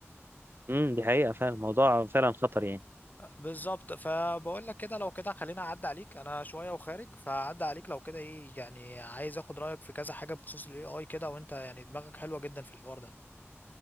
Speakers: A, on the right; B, on the left.
A: امم دي حقيقة فعلا الموضوع فعلا خطر يعني
B: بالظبط فبقول لك كده لو كده خلينا اعدي عليك انا شويه وخارج فاعدي عليك لو كده ايه يعني عايز اخد رايك في كذا حاجه بخصوص الاي اي كده وانت يعني دماغك حلوه جدا في الحوار ده